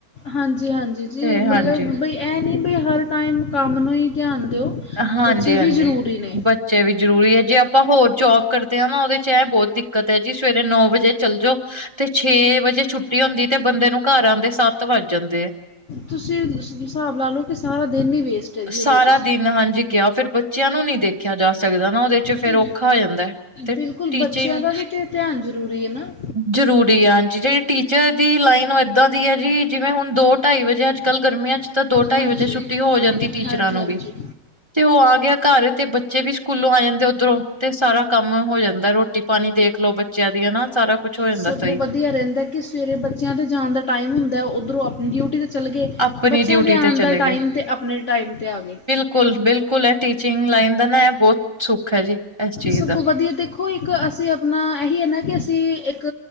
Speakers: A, on the left; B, on the right.
A: ਹਾਂਜੀ ਹਾਂਜੀ ਜੀ
B: ਤੇ ਹਾਂਜੀ,
A: ਮਤਲਬ ਬਈ ਇਹ ਨਹੀਂ ਬਈ ਹਰ ਟਾਈਮ ਕੰਮ ਨੂੰ ਹੀ ਧਿਆਨ ਦਿਓ।
B: ਹਾਂਜੀ
A: ਬੱਚੇ
B: ਹਾਂਜੀ
A: ਵੀ ਜ਼ਰੂਰੀ ਨੇ
B: ਬੱਚੇ ਵੀ ਜਰੂਰੀ ਹੈ ਜੀ ਆਪਾਂ ਹੋਰ ਜੋਬ ਕਰਦੇ ਆ ਨਾ ਉਹਦੇ ਚ ਇਹ ਬਹੁਤ ਦਿੱਕਤ ਹੈ ਜੀ ਸਵੇਰੇ ਨੌ ਵਜੇ ਚੱਲ ਜਾਓ। ਤੇ ਛੇ ਵਜੇ ਛੁੱਟੀ ਹੁੰਦੀ ਤੇ ਬੰਦੇ ਨੂੰ ਘਰ ਆਉਂਦੇ ਸੱਤ ਵੱਜ ਜਾਂਦੇ ਆ।
A: ਤੁਸੀਂ ਹਿਸਾਬ ਲਾ ਲਓ ਕਿ ਸਾਰਾ ਦਿਨ ਹੀ ਵੇਸਟ ਹੈ ਜੀ
B: ਸਾਰਾ
A: ਉਹਦੇ ਚ।
B: ਦਿਨ ਹਾਂਜੀ ਗਿਆ ਫਿਰ ਬੱਚਿਆਂ ਨੂੰ ਨੀ ਦੇਖਿਆ ਜਾ ਸਕਦਾ ਨਾ। ਉਹਦੇ ਚ ਫੇਰ
A: ਤੇ
B: ਔਖਾ ਹੋ ਜਾਂਦਾ ਤੇ
A: ਬਿਲਕੁਲ
B: ਟੀਚਿੰਗ
A: ਬੱਚਿਆਂ ਦਾ ਵੀ ਤੇ ਧਿਆਨ ਜ਼ਰੂਰੀ ਹੈ ਨਾ
B: ਜ਼ਰੂਰੀ ਆ ਹਾਂਜੀ ਜਿਹੜੀ ਟੀਚਰ ਦੀ ਲਾਈਨ ਉਹ ਇੱਦਾਂ ਦੀ ਹੈ ਜੀ ਜਿਵੇਂ ਹੁਣ ਦੋ ਢਾਈ ਵਜੇ ਅੱਜ ਕੱਲ੍ਹ ਗਰਮੀਆਂ ਚ ਤਾਂ ਦੋ-ਢਾਈ
A: ਹਾਂਜੀ
B: ਵਜੇ ਛੁੱਟੀ ਹੋ ਜਾਂਦੀ ਟੀਚਰਾਂ
A: ਹਾਂਜੀ
B: ਨੂੰ
A: ਹਾਂਜੀ
B: ਵੀ। ਤੇ ਉਹ ਆ ਗਿਆ ਘਰ ਤੇ ਬੱਚੇ ਵੀ ਸਕੂਲੋਂ ਆ ਜਾਂਦੇ ਉੱਧਰੋਂ ਤੇ ਸਾਰਾ ਕੰਮ ਹੋ ਜਾਂਦਾ, ਰੋਟੀ-ਪਾਣੀ ਦੇਖ ਲੋੋ ਬ ਬੱਚਿਆਂ ਦੀਆਂ ਨਾ ਸਾਰਾ ਕੁਛ ਹੋ ਜਾਂਦਾ
A: ਸਗੋਂ
B: ਸਹੀ
A: ਵਧੀਆ ਰਹਿੰਦਾ ਕਿ ਸਵੇਰੇ ਬੱਚਿਆਂ ਦੇ ਜਾਣ ਦਾ ਟਾਈਮ ਹੁੰਦਾ, ਉੱਧਰੋਂ ਆਪਣੀ ਡਿਊਟੀ ਦੇ ਚੱਲ ਗੇ,
B: ਆਪਣੀ
A: ਬੱਚਿਆਂ
B: ਡਿਊਟੀ
A: ਦੇ ਆਣ
B: ਤੇ ਚਲੇ
A: ਦਾ ਟਾਈਮ ਤੇ ਆਪਣੇ ਟਾਈਮ ਤੇ ਆਗੇ।
B: ਬਿਲਕੁਲ-ਬਿਲਕੁਲ, ਇਹ ਟੀਚਿੰਗ ਲਾਈਨ ਦਾ ਨਾ ਬਹੁਤ ਸੁੱਖ ਐ ਜੀ। ਇਸ ਚੀਜ਼
A: ਸਗੋਂ
B: ਦਾ
A: ਵਧੀਆ ਦੇਖੋ ਦੇਖੋ ਇੱਕ, ਅਸੀਂ ਅਪਨਾ ਇਹੀ ਐ ਨਾ ਕਿ ਅਸੀਂ ਇੱਕ